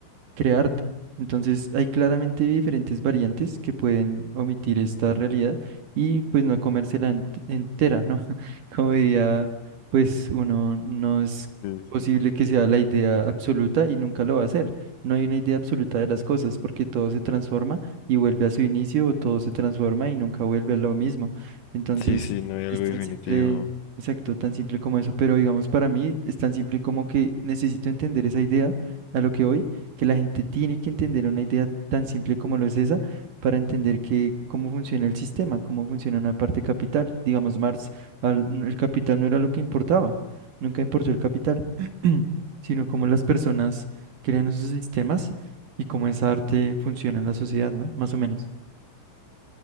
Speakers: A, on the right (about 60°); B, on the left (about 80°).
A: crearte. Entonces, hay claramente diferentes variantes que pueden omitir esta realidad y pues no comérsela ent- entera, ¿no? <laughs> Como diría, pues uno no es
B: Sí,
A: posible que sea la idea absoluta y nunca lo va a hacer. No hay una idea absoluta de las cosas porque todo se transforma y vuelve a su inicio o todo se transforma y nunca vuelve a lo mismo. Entonces,
B: sí, sí, no hay algo
A: es tan
B: definitivo.
A: simple, exacto, tan simple como eso, pero digamos para mí es tan simple como que necesito entender esa idea a lo que voy que la gente tiene que entender una idea tan simple como lo es esa para entender que cómo funciona el sistema, cómo funciona una parte capital. Digamos, Marx, al- n- el capital no era lo que importaba, nunca importó el capital, <clears throat> sino cómo las personas crean esos sistemas y cómo esa arte funciona en la sociedad, ¿no? Más o menos.